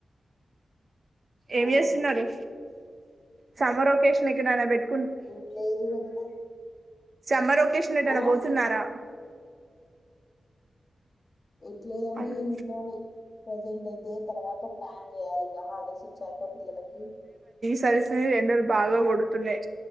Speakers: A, on the right; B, on the left.
A: ఏం
B: ఆహా
A: చేస్తున్నారు సమ్మర్ ఒకేషన్ ఇక్కడనా పెట్
B: ఏం లేదు వదిన
A: సమ్మర్ ఒకేషన్ ఏట్నా
B: ఆ
A: పోతున్నారా
B: ఎట్లేదని
A: అవును
B: ఇంట్లోనే ప్రజెంట్ అయితే తర్వా త ప్లాన్ చేయాలిగా హాలిడేస్ వాచక పిల్లలకి
A: సరిస్తుయి ఎండలు బాగా కొడుతున్నాయి